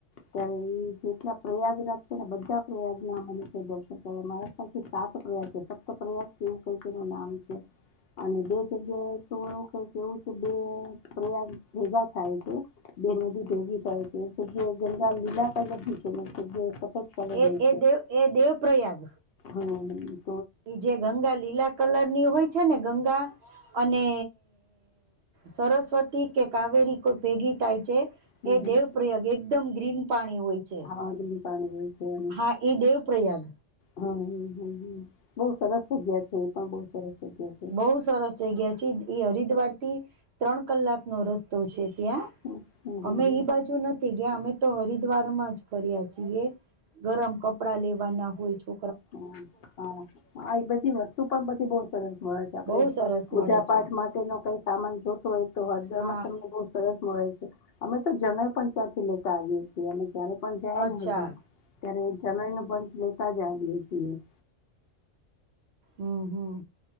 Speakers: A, on the left; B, on the right.
A: ત્યારે એ જેટલા પ્રયાગરાજ છે ને બધા પ્રયાગ ના મને દર્શન કરવા મારા સાત પ્રયાગ છે સપત પ્રયાગ એવું કઈક એનું નામ છે અને બે જગ્યાએ તો એવું કઈ એવું છે બે પ્રયાગ ભેગા થાય છે બે નદી ભેગી થાય છે એક જગ્યાએ ગંગા લીલા પર લી છે એક જગ્યાએ સફેદ કલર
B: એ
A: ની
B: એ દેવ એ દેવ પ્ર્રયાગ
A: હમ.
B: એ જે ગંગા લીલા કલર ની હોય છે ને ગંગા અને સરસ્વતી કે કાવેરી કોઈ ભેગી થાય છે
A: હમ
B: એ
A: હમ
B: દેવ પ્ર્રયગ એકદમ ગ્રીન પાણી વય છે.
A: હાડનું પાણી છે અને
B: હા એ દેવ પ્ર્રયાગ
A: હમ હમ બઉુ સરસ જગ્યા છે એ પણ બહ સરસ જગ્યા છે
B: બઉુ સરસ જગ્યા છે એ હ વાર થી ત્રણ કલાક નો રસ્તો છે. ત્યાં
A: હમ હમ
B: અમે
A: હમ હમ
B: એઈ બાજુ નથી ગયા અમે તો હરિદ્વાર માં જ ફર્યા છીએ. ગરમ કપડા લેવાના હોય છો.
A: હ હા હા એ બધી વસ્તુ પણ પધી બહ સરસ હોય આપ
B: બહુ સરસ
A: પૂજા
B: મળે છે
A: પાઠ માટે ન કઈ સામાન જોતો હોય તો હદર
B: હા
A: માં તમને બહુ સરસ મળે છે અમે તો જણય પણ ત્યાંથી લેતા આવીએ છીએ અમે. ત્યારે પણ જાય
B: અચ્છા
A: ને હજ્ અત્યારે જનઈ ન બંશ લેતા જ આવીએ. <inaudible>
B: હમ હમ